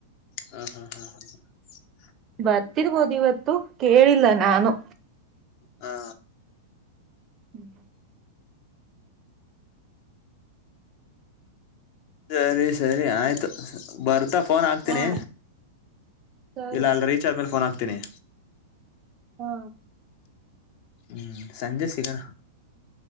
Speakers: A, on the left; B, on the right.
A: ಹ್ಮ್ ಹ್ಮ್ ಹ್ಮ್ ಹ್ಮ್ ಹ
B: ಬರ್ತಿರ್ಬೋದು ಇವತ್ ಇತ್ತು ಕೇಳಿಲ್ಲ ನಾನು
A: ಹಾ
B: ಹ್ಮ್
A: ಸರಿ ಸರಿ ಆಯ್ತು ಬರ್ ಇಂತ ಫೋನ್ ಹಾಕ್ತೀನಿ
B: ಹಾ ಸರಿ
A: ಇಲ್ಲ ಅಲ್ ರೀಚಾರ್ಜ್ ಮೇಲೆ ಫೋನ್ ಹಾಕ್ತ ತ್ತನ
B: ಹ್ಮ
A: ಹ್ಮ್ ಸಂಜೆ ಸಿಗಣ